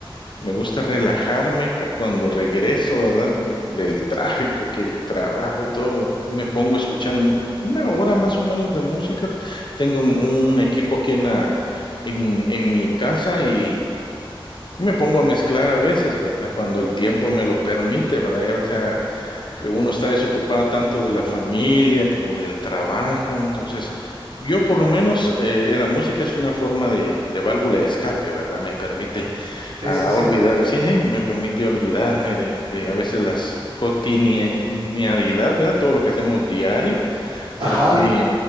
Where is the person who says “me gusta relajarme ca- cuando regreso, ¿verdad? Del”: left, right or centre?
Left